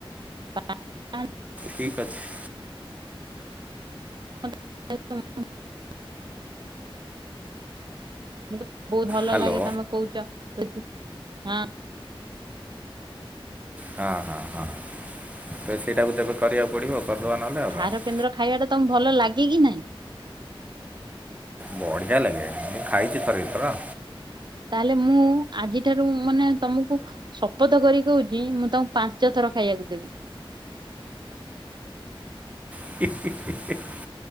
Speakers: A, on the right; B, on the right.
A: ପା <inaudible>
B: ଠିକ୍ ଅଛି।
A: <inaudible> <unintelligible> ବହୁତ୍ ଭଲ
B: ହ୍ୟାଲୋ
A: ଲାଗେ ତମେ କହୁଚ <unintelligible>
B: ହଁ-ହଁ-ହଁ ତ ସେଇଟାକୁ ତେବେ କରିବାକୁ ପଡ଼ିବ କରିଦବା ନହଲେ ଆଉ
A: ଆହାର
B: କଣ।
A: କେନ୍ଦ୍ର ଖାଇବାଟା ତମକୁ ଭଲ ଲାଗେ କି ନାହିଁ?
B: ବଢ଼ିଆ ଲାଗେ ମୁଁ ଖାଇଚି ଥରେ ଦି ଥର।
A: ତାହେଲେ ମୁଁ ଆଜିଠାରୁ ମାନେ ତମୁକୁ ଶପଥ କରି କହୁଚି, ମୁଁ ତମୁକୁ ପାଞ୍ଚ ଥର ଖାଇଆକୁ ଦେବି।
B: <inaudible>